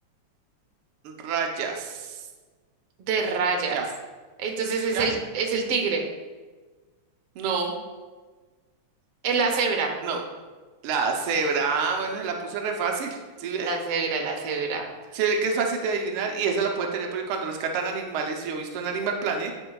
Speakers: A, on the right (about 90°); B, on the right (about 65°).
A: rayas.
B: De rayas.
A: Ya,
B: Entonces es
A: ya.
B: el, es el tigre,
A: No,
B: es la cebra.
A: no. La cebra, ah, bueno, se la puse re fácil. ¿Sí ve?
B: La cebra, la cebra.
A: Sí ve que es fácil de adivinar y eso lo pueden tener porque cuando rescatan animales, yo he visto en Animal Planet,